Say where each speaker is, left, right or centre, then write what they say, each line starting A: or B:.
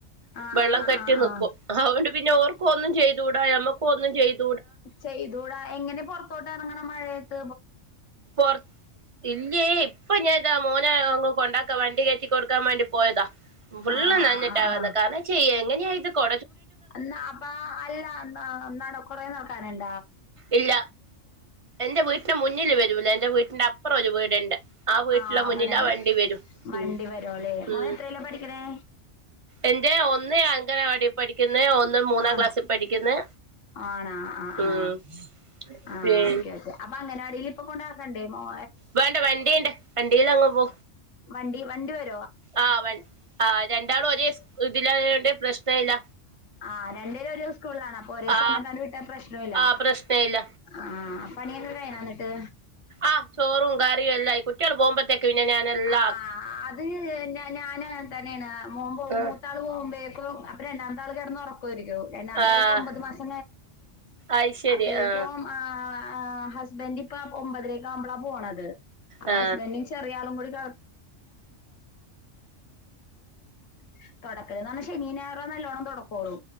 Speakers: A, on the left (about 80°); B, on the right (about 40°).
A: ആഹ്
B: വെള്ളം
A: ആഹ് ആഹ്
B: കറ്റി
A: ആഹ്
B: നക്കും
A: ആഹ്
B: അതുകൊണ്ട് പിന്നെ ഓർക്കും ഒന്നും ചെയ്തൂടാഞമ്മക്ക് പോന്നും ചെയ്ത്
A: ചെയ്തൂടാ എങ്ങനെ പൊറത്തോട്ട് ഇറങ്ങണം മഴയത്ത്റ
B: ൊറ ഇല്ല ഇപ്പൊ ഞാൻ ഇതാ മോന അങ്ങ് കൊണ്ടാക്കാ വണ്ട കൊടുക്കാൻ വേണ്ടി പോയതാ ഫുള്
A: ആണാ
B: നന്നിട്ടാവ
A: ആഹ് ആഹ്
B: കാരണം ചെയ്യ എങ്ങനെയ ഇത് കൊ
A: എന്നാ അപ്പ അല്ല കുറേ നടക്കാരണ്ട്ണ്ട്
B: ഇല്ല എറെ വീട്ടിന്റെ മുന്നില് വരല എൻറെ വീട്ടിന്റെ അപ്പുറം ഒരു വീട്ണ്ട് ആ വീട്ടിലെ
A: ആഹ് അവടെ
B: മുന്നിൽാ വണ്ടി വരും
A: വണ്ടി
B: ഉ
A: വരോല്ലേ
B: ഉ
A: മോന് എത്രേലാ പഠിക്കണേ
B: എന്റെ ഒന്ന് അങ്കനവാടി പഠിക്കുന്ന് ഒന്ന് മൂന്നാം
A: ആഹ
B: ക്ലാസ്സിൽ പഠിക്കുന്ന്
A: ആണ ആ ആ
B: ഉം
A: ആ
B: പിന്നെ
A: ഓക്കേ ഓക്കേ അപ്പ അങ്ങനൊണെിലും ഇ കൊണ്ടാക്കണ്ടേ മോാ
B: വേണ്ട വണ്ടിയുണ്ട് വണ്ടിൽ അങ്ങ് പോ
A: വണ്ടി വണ്ട വ
B: ആ വ ആ രണ്ടാളും ഒരേ ഇതില്ലാത കൊണ്ട് പ്രശ്ന ഇല്ല
A: ആഹ് രണ്ടേര ഒരു ദിവ സ്കൂളിലാണ് അപ്പ ഒരേ
B: ആ
A: സമയത്ത് വിട്ടാ പ്രശ്നം ഇല്ല
B: ആ പ്രശ്ന ഇല്ല
A: ആഹ പനിയന്തയന വന്നിട്ട്
B: ആഹ് ചോറും കാര്റും എല്ലായി കുറ്റികൾ പോകുമ്പത്തേക്ക ല്ല
A: ആ അത് ഞാാന് തന്നെയാണ് മൻ പോ
B: ആ
A: മൂത്താൾ പോകുമ്പേക്കും അപ്പ രണ്ടാാംതാൾ കിടന്ന് പറഞ്ഞു
B: ആ
A: രം
B: അത് ശരി
A: കഴിഞ്ഞി
B: ആ
A: അ ആ് ഹസ്ബൻന്ഡ ഇപ്പ ഒമ്പതിലേക്ക ആകുമ്പളാ പോണത് അപ്പൊ
B: ആ
A: ഹസ്ബന്ഡും ചെറിയ ആളും കൂടി <unintelligible> ശനിയും ഞായറും നല്ലോണം തൊട്ക്കൊള്ളു.